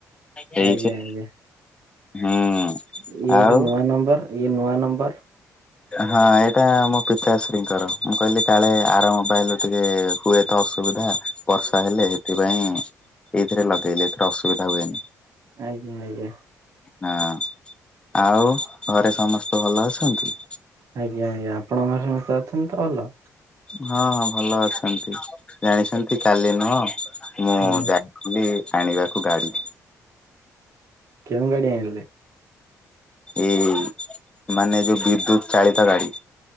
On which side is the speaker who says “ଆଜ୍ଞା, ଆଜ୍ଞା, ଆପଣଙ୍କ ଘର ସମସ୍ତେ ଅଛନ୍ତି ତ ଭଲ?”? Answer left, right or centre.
Right